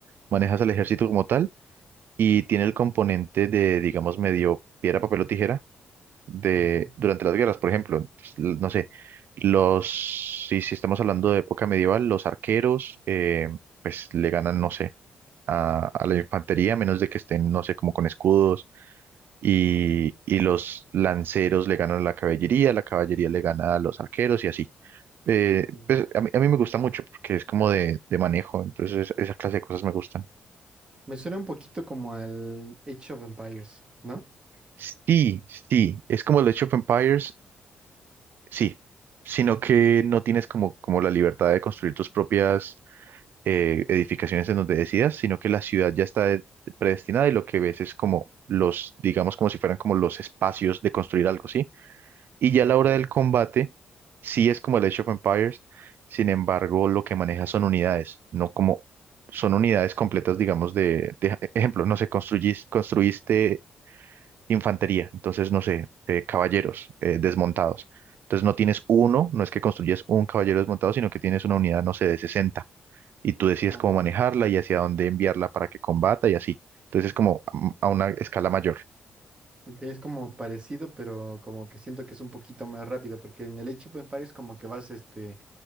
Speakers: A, on the right; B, on the right.
A: Manejas al ejército como tal y tiene el componente de, digamos, medio piedra, papel o tijera de,
B: ok,
A: durante las guerras, por ejemplo. Entonces, l- no sé, los, si, si estamos hablando de época medieval, los arqueros, eh, pues le ganan, no sé. A, a la infantería, a menos de que estén, no sé, como con escudos y, y los lanceros le ganan a la caballería, la caballería le gana a los arqueros y así. Eh,
B: ok.
A: pues a mí, a mí me gusta mucho porque es como de, de manejo, entonces es- esa clase de cosas me gustan.
B: Me suena un poquito como al Age of Empires, ¿no?
A: Sí, sí, es como el Age of Empires, sí, sino que
B: Sí.
A: no tienes como, como la libertad de construir tus propias eh, edificaciones en donde decidas, sino que la ciudad ya está de- predestinada y lo que ves es como los, digamos, como si fueran como los espacios de construir algo, ¿sí? Y ya
B: Ok,
A: a la hora del combate, sí es como el Age of Empires, sin embargo, lo que maneja son unidades, no como son unidades completas, digamos, de, de- ejemplo, no sé, construyis- construiste infantería, entonces, no sé, eh, caballeros eh, desmontados. Entonces no tienes uno, no es que construyes un caballero desmontado, sino que tienes una unidad, no sé, de 60 y tú decides
B: ah,
A: cómo manejarla
B: ok.
A: y hacia dónde enviarla para que combata y así. Entonces es como a a una escala mayor.
B: Ok, es como parecido, pero como que siento que es un poquito más rápido, porque en el Age of Empires como que vas este